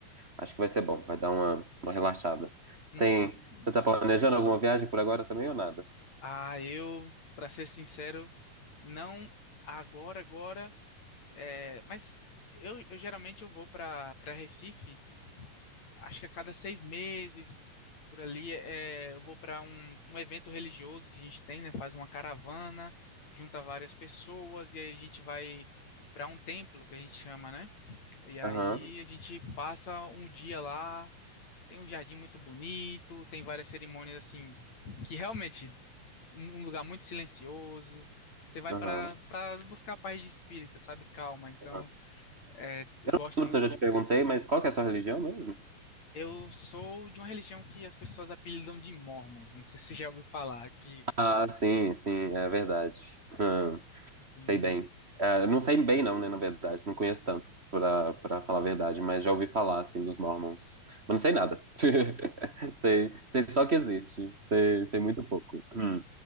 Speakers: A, on the right; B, on the left.
A: acho que vai ser bom, vai dar uma, uma relaxada.
B: Nossa,
A: Tem, você tá planejando alguma viagem por agora também ou nada?
B: Ah, eu, para ser sincero, não agora, agora, é, mas eu, eu geralmente eu vou para para Recife, acho que a cada seis meses, por ali, é, eu vou para um, um evento religioso que a gente tem, né? Faz uma caravana, junta várias pessoas e aí a gente vai para um templo que a gente chama, né? E aí
A: Aham,
B: a gente passa um dia lá, tem um jardim muito bonito, tem várias cerimônias assim que realmente um um lugar muito silencioso. Você vai
A: aham,
B: para para buscar paz de espírito, sabe? Calma. Então,
A: aham.
B: é, eu
A: Eu
B: gosto
A: não lembro
B: muito.
A: se eu já te perguntei, mas qual que é a sua religião mesmo?
B: Eu sou de uma religião que as pessoas apelidam de Mormons. Não sei se você já ouviu falar que
A: Ah, sim, sim, é verdade. Hum,
B: que
A: sei bem. É, não sei bem, não, né, na verdade. Não conheço tanto, pra, pra falar a verdade, mas já ouvi falar, assim, dos Mormons. Mas não sei nada. <laughs> Sei, sei só que existe. Sei, sei muito pouco. Hum.